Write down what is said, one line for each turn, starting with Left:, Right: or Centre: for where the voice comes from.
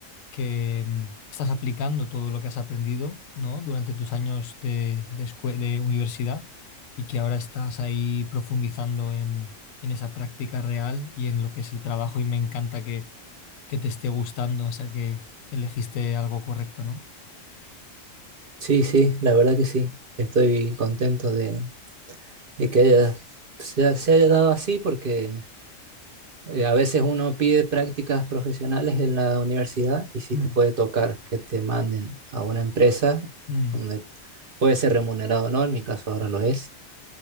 Left: que mm, estás aplicando todo lo que has aprendido, ¿no? Durante tus años de, de, escue- de universidad y que ahora estás ahí profundizando en, en esa práctica real y en lo que es el trabajo y me encanta que, que te esté gustando, o sea que elegiste algo correcto, ¿no?
Right: Sí, sí, la verdad que sí. Estoy contento de, de que haya- se, se haya dado así porque eh, a veces uno pide prácticas profesionales en la universidad y si
Left: Mm,
Right: te puede tocar que te manden a una empresa
Left: mm,
Right: donde puede ser remunerado o no, en mi caso ahora lo es,